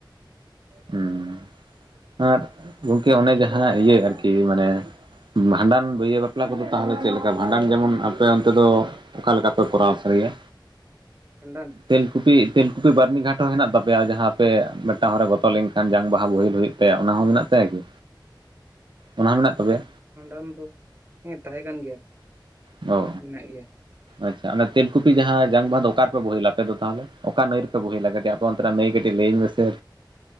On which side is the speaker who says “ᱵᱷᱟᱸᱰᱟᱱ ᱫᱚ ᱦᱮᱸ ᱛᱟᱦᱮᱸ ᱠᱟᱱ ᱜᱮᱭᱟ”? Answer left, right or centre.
Right